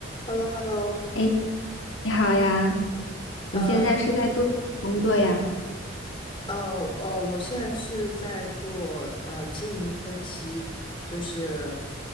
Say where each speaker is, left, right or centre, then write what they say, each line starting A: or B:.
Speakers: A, on the left (about 25°); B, on the left (about 80°).
A: h e l l o h e l l o
B: 哎，你好呀，你现在是在做什么工作呀？
A: 呃呃呃，我现在是在做呃经营分析，就是